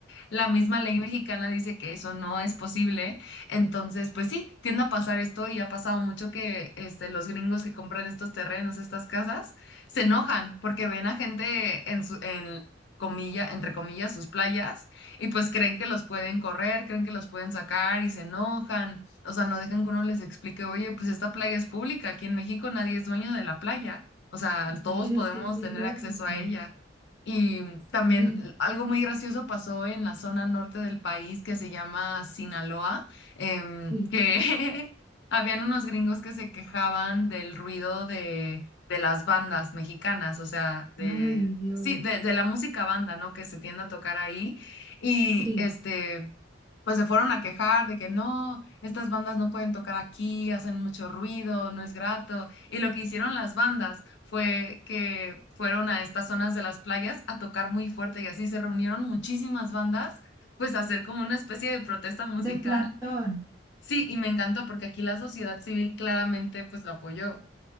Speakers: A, on the left; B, on the right.
A: la misma ley mexicana dice que eso no es posible. Entonces, pues sí, tiende a pasar esto y ha pasado mucho que este, los gringos que compran estos terrenos, estas casas, se enojan porque ven a gente en su, en comilla, entre comillas, sus playas y pues creen que los pueden correr, creen que los pueden sacar y se enojan. O sea, no dejan que uno les explique, oye, pues esta playa es pública, aquí en México nadie es dueño de la playa. O sea,
B: A
A: todos
B: ver,
A: podemos
B: es que es ilógico.
A: tener acceso a ella. Y también
B: Sí,
A: algo muy gracioso pasó en la zona norte del país que se llama Sinaloa, em,
B: sí.
A: que <laughs> habían unos gringos que se quejaban del ruido de, de las bandas mexicanas, o sea, de,
B: Ay, Dios.
A: sí, de, de la música banda, ¿no? Que se tiende a tocar ahí. Y
B: Sí,
A: este pues se fueron a quejar de que no, estas bandas no pueden tocar aquí, hacen mucho ruido, no es grato. Y lo que hicieron las bandas fue que fueron a estas zonas de las playas a tocar muy fuerte y así se reunieron muchísimas bandas, pues a hacer como una especie de protesta musical.
B: de Platón.
A: Sí, y me encantó porque aquí la sociedad civil claramente pues lo apoyó.